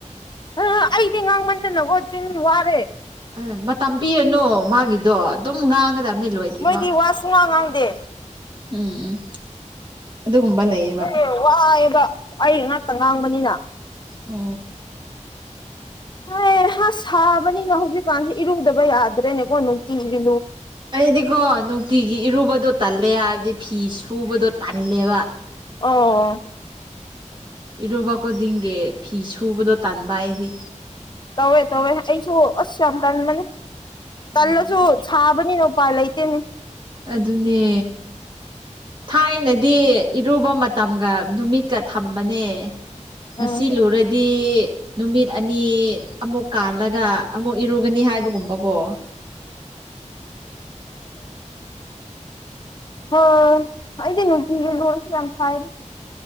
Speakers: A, on the left (about 35°); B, on the right (about 40°).
A: ꯍ ꯑꯩꯗꯤ ꯉꯥꯡꯃꯟꯗꯅ ꯍꯣ ꯆꯤꯟ ꯋꯥꯔꯦ
B: ꯑꯃ ꯇꯝꯕꯤꯔꯅꯨ ꯃꯥꯒꯤꯗꯣ ꯑꯗꯨꯝ ꯉꯥꯡꯒꯗꯕꯅꯤ ꯂꯣꯏꯗ꯭ꯔꯤꯕ
A: ꯃꯣꯏꯗꯤ ꯋꯥ ꯁꯨꯡꯉꯥꯡ ꯉꯥꯡꯗꯦ
B: ꯎꯝ ꯎꯝ ꯑꯗꯨꯒꯨꯝꯕ ꯂꯩꯌꯦꯕ
A: ꯑꯦ ꯋꯥꯏꯑꯦꯕ ꯑꯩ ꯉꯥꯛꯇ ꯉꯥꯡꯕꯅꯤꯅ
B: ꯑ
A: ꯍꯥꯏ ꯁꯥꯕꯅꯤꯅ ꯍꯧꯖꯤꯛꯀꯥꯟꯁꯦ ꯏꯔꯨꯗꯕ ꯌꯥꯗ꯭ꯔꯦꯅꯦꯀꯣ ꯅꯨꯡꯇꯤꯒꯤꯅꯤ
B: ꯑꯗꯨꯗꯤꯀꯣ ꯅꯨꯡꯇꯤꯒꯤ ꯏꯔꯨꯕꯗꯣ ꯇꯜꯂꯦ ꯍꯥꯏꯕꯗꯤ ꯐꯤ ꯁꯨꯕꯗꯣ ꯇꯜꯂꯦꯕ
A: ꯑꯣ
B: ꯏꯔꯨꯕ ꯈꯨꯗꯤꯡꯒꯤ ꯐꯤ ꯁꯨꯕꯗꯣ ꯇꯥꯟꯕ ꯑꯩꯗꯤ
A: ꯇꯋ ꯇꯧ ꯑꯩꯁꯨ ꯑ ꯌꯥꯝ ꯇ ꯃꯅꯦ ꯆꯜꯂꯁꯨ
B: ꯎꯝ
A: ꯁꯥꯕꯅꯤꯅ ꯎꯄꯥ ꯂꯩꯇꯦꯅꯦ
B: ꯑꯗꯨꯅꯦ ꯊꯥꯏꯅꯗꯤ ꯏꯔꯨꯕ ꯃꯇꯝꯒ ꯅꯨꯃꯤꯠꯀ ꯊꯝꯕꯅꯦ ꯉꯁꯤ
A: ꯎꯝ
B: ꯂꯨꯔꯗꯤ ꯅꯨꯃꯤꯠ ꯑꯅꯤ ꯑꯃꯨꯛ ꯀꯥꯜꯂꯒ ꯑꯃꯨꯛ ꯏꯔꯨꯒꯅꯤ ꯍꯥꯏꯕ ꯀꯨꯝꯕ ꯀꯣ
A: ꯎꯝꯃꯗ ꯍꯗꯤꯒ ꯌꯥꯝ ꯐꯥꯏꯗ